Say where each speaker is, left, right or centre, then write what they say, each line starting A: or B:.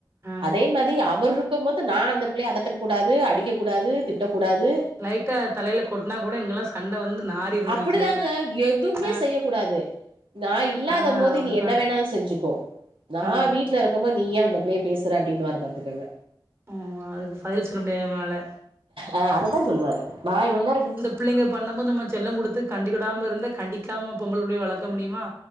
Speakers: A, on the right (about 30°); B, on the right (about 75°).
A: ஆ
B: அதே மாதி அவரு ருக்கும் போது நா அந்த பிள்ளைய அதட்டக்கூடாது அடிக்கக்கூடாது திட்டக்கூடாது
A: லைட்டா தலைல கொட்னா கூட இங்கல்லா சண்ட வந்து நாறிரு
B: அப்படிதாங்க
A: வீட்ல
B: எதுவுமே
A: அ
B: செய்யக்கூடாது நா இல்லாதம்
A: ஆ
B: போது
A: அப்டித்தா
B: நீ என்ன வேணாலு செஞ்சுக்கோ நா
A: ஆ
B: வீட்ல இருக் கும் போது நீ ஏ அந்த பிள்ளைய பேசுற அப்டினுவாரு பாத்துக்கங்க
A: ம் அதுக்கு பைல்ச்சுக்ற முடியாது நம்மளால
B: ஆ அதத்தா சொல்லுவாரு நா இவ்ள நேரோ வீ
A: பிள்ளைங்க பண்ணம் போது நம்ம செல்லோ குடுத்து கண்டுகுடாம இருந்து கண்டிக்காம பொம்பள புள்ளைய வளக்க முடியுமா